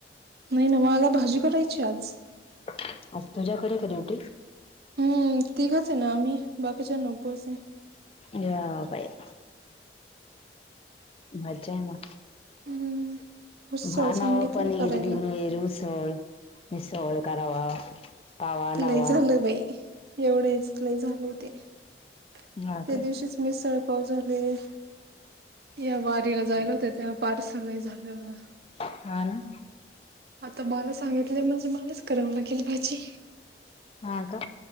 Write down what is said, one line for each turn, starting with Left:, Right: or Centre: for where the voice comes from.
Right: नाही नवाळला भाजी करायची आज
Left: आ तुझ्याकडे डीवटी
Right: हम्म ठीकाच नामही बाकीच्या नब्य असे.
Left: या बया मज्जा आहे म.
Right: हम्म उसळ
Left: भानव
Right: सांगितली
Left: पनीर
Right: करायला
Left: बिनीर उसळ मिसळ करावा. पाव आणावा.
Right: लय झालं बाई एवढेच लय झालं ते त्या
Left: हा काय?
Right: दिवशीच मी सळकाव झाले या वारीला जायला होत. ते पार्सल नाही झालंवर
Left: हा ना
Right: आता बाला सांगितलं म्हणजे मलाच करावं लागेल भाजी
Left: हा का